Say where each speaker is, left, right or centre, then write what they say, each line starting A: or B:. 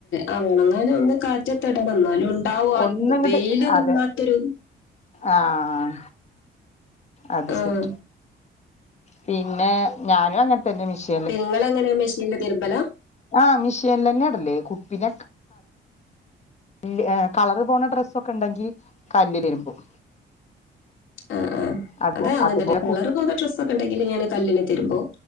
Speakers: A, on the left; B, on the left.
A: ആഹ് ഉണങ്ങാനൊന്ന് കാറ്റത്തിടണം ഇന്നാലും ഇണ്ടാവും അത്
B: ഒന്നിങ്ങട്ട്
A: വെയില്
B: അതെ
A: തുള്ളാത്തൊരു.
B: ആഹ് അത്
A: ആഹ്
B: ശരി. പിന്നെ ഞാനും അങ്ങനെത്തന്നെ മിഷി
A: നിങ്ങളെങ്ങനയാ മിഷിനിൽ തിരുമ്പല
B: ആ മിഷീൻ തന്നെ ഇടല്ല് കുപ്പിനെ ല്ല ആഹ് കളറുപോണ ഡ്രസ്സൊക്കെണ്ടെങ്കി കല്ലിലിരുമ്പും
A: ആഹ് ആഹ്
B: അപ്പോ
A: അതെ അങ്ങനെത്തെ
B: അതുപോലെ
A: കളർ
B: കു
A: പോണ ഡ്രസ്സൊക്കെ ഉണ്ടെങ്കില് ഞാന് കല്ലില് തിരുമ്പും